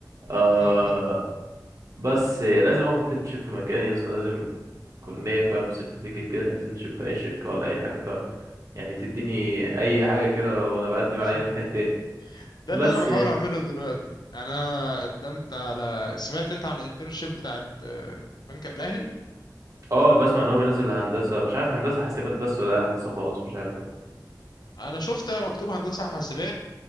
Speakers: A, on the right; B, on the left.
A: آه
B: اه بجد
A: بس لازم اخد انترنشيب في مكان يا اسطى لازم يكون ليا فاهم
B: امم
A: سيرتيفيكت كده انترنشيب في اي شركه ولا اي حاجه فاهم يعني تديني
B: امم
A: اي حاجه كده وانا بقدم
B: <laughs>
A: على اي مكان تاني
B: ده
A: بس
B: اللي انا بحاول اعمله دلوقتي يعني انا قدمت على سمعت انت عن الانترنشيب بتاعت آه، بنك الاهلي
A: اه بسمع ان هو بينزل هندسه مش عارف هندسه حاسبات بس ولا هندسه وخلاص مش عارف
B: انا شفت مكتوب هندسه حاسبات